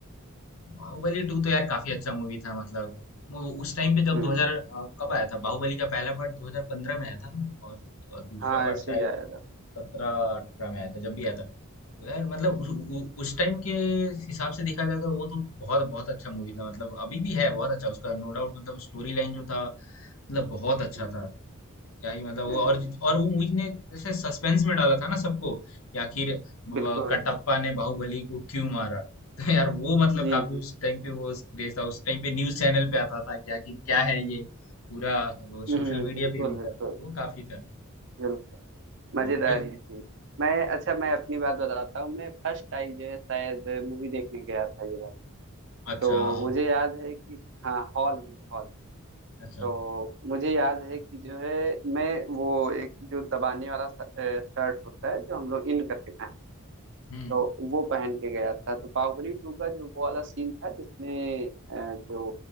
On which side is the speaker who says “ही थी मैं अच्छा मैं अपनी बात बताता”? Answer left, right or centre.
Right